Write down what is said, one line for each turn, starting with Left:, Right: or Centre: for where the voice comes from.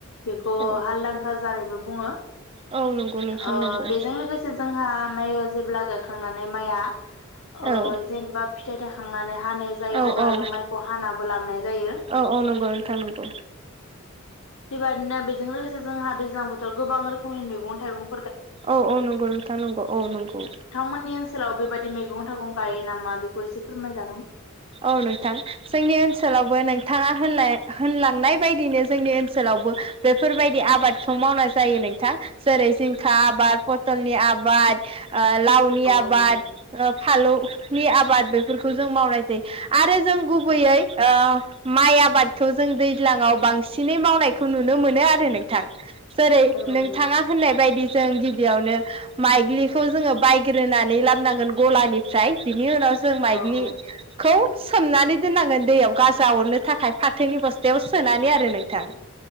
Left: बेखौ
Right: औ
Left: हालजांख्रा जानायबो बुङो
Right: औ नंगौ नोंथां
Left: ओ
Right: नंगौ
Left: बेजों लोगोसे जोंहा माय जेब्ला गाय खांनानै माइआ ओ
Right: औ
Left: जेनेबा फिथाइ थायखा खांना हानो जायो
Right: औ
Left: अब्ला
Right: औ
Left: जों मायखौ हानाबो लाबोनाय जायो।
Right: औ औ नंगौ नोंथां नंगौ
Left: बेबायदिनो बेजों लोगोसे जोंहा दैज्लां बोथोराव गोबां रोखोमनि मैगं-थाइगं
Right: औ-औ नंगौ नोंथां नंगौ औ नंगौ।
Left: मोननि ओनसोलाव बेबायदि मैगं थाइगं गायो नामा? बेखौ एसे फोरमायजागोन।
Right: औ नोंथां जोंनि ओनसोलावबो नोंथांङा होनलाय होनलांनाय बायदिनो जोंनि ओनसोलावबो बेफोरबायदि आबादखौ मावनाय जायो नोंथां जेरै जिंखा आबाद, पटलनि आबाद, ओ लावनि
Left: औ
Right: आबाद,
Left: औ नंगौ
Right: फालौ नि आबाद, बेफोरखौ जों मावनाय आरो जों गुबैयै ओ माइ आबादखौ जों दैज्लांङाव बांसिनै मावनायखौ नुनो मोनो आरो नोंथां। जेरै
Left: औ
Right: नोंथांङा
Left: नंगौ
Right: होननाय बायदि जों गिबियावनो माइग्लिखौ जोंङो बायग्रोनानै लाबोनांगोन गलानिफ्राय बिनि उनाव जों माइगनि
Left: औ औ
Right: खौ सोमनानै दोननांगोन दैयाव गाजा अरनो थाखाय फाथोनि बस्थायाव सोनानै आरो नोंथां।